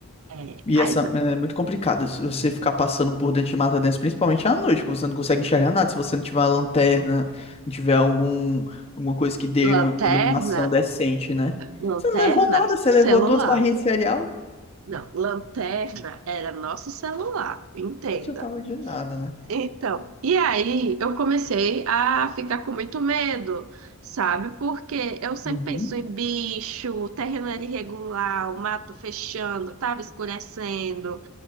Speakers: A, on the right; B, on the left.
A: É,
B: E
A: aí,
B: essa é muito complicada. Se você ficar passando por dentro de mata dentro, principalmente à noite, que você não consegue enxergar nada. Se você não tiver uma lanterna, não tiver algum, alguma coisa que dê
A: lanterna.
B: uma iluminação decente, né?
A: Lanterna,
B: Você não levou nada, você
A: celular.
B: levou duas barrinhas de cereal.
A: Não, lanterna era nosso celular, entenda.
B: Não adiantava de nada, né?
A: Então, e aí eu comecei a ficar com muito medo, sabe? Porque eu sempre
B: Uhum.
A: penso em bicho, terreno era irregular, o mato fechando, tava escurecendo.